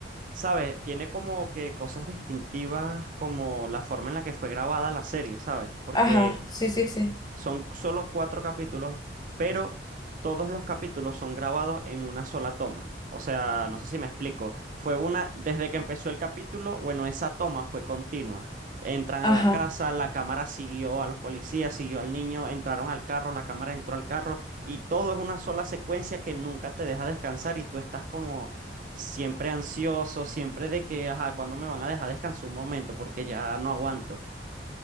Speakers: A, on the right (about 45°); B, on the left (about 25°).
A: ¿sabes? Tiene como que cosas distintivas como la forma en la que fue grabada la serie, ¿sabes? Porque
B: Ajá, sí, sí, sí.
A: Son solo cuatro capítulos, pero todos los capítulos son grabados en una sola toma. O sea, no sé si me explico. Fue una, desde que empezó el capítulo, bueno, esa toma fue continua. Entran
B: Ajá.
A: a la casa, la cámara siguió a los policías, siguió al niño, entraron al carro, la cámara entró al carro y todo es una sola secuencia que nunca te deja descansar y tú estás como siempre ansioso, siempre de que, ajá, ¿cuándo me van a dejar descansar un momento? Porque ya no aguanto.